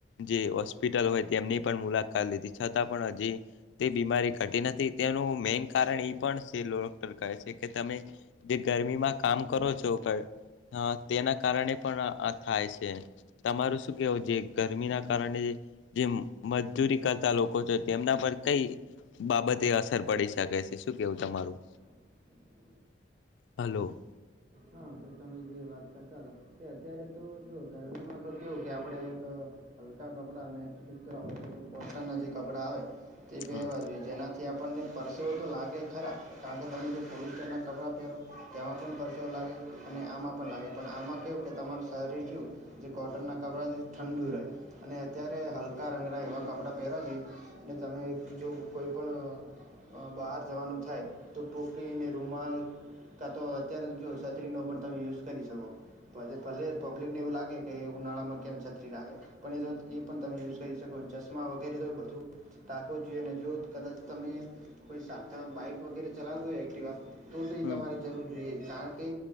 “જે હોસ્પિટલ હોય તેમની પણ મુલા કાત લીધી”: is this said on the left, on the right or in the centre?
Left